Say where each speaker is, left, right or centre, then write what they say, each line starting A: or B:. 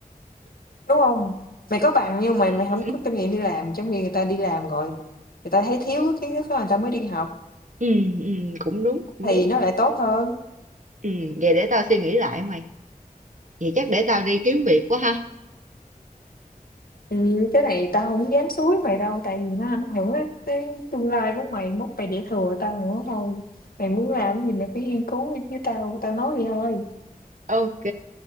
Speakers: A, on the left; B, on the right.
A: Đúng hông? Mày có bằng nhưng mà
B: Ừ,
A: mày hổng có kinh nghiệm đi làm, trong khi người ta đi làm rồi, người ta thấy thiếu cái kiến thức đó người ta mới đi học,
B: ừ, ừ, cũng đúng, cũng
A: thì
B: đúng.
A: nó lại tốt hơn.
B: Ừ, vậy để tao suy nghĩ lại mày. Vậy chắc để tao đi kiếm việc quá ha.
A: Ừm, cái này tao hổng dám xúi mày đâu, tại vì nó ảnh hưởng đến tới tương lai của mày, mốt mày để thừa tao nữa thôi. Mày muốn làm cái gì mày phải nghiên cứu đi chứ tao tao nói vậy thôi.
B: Ok,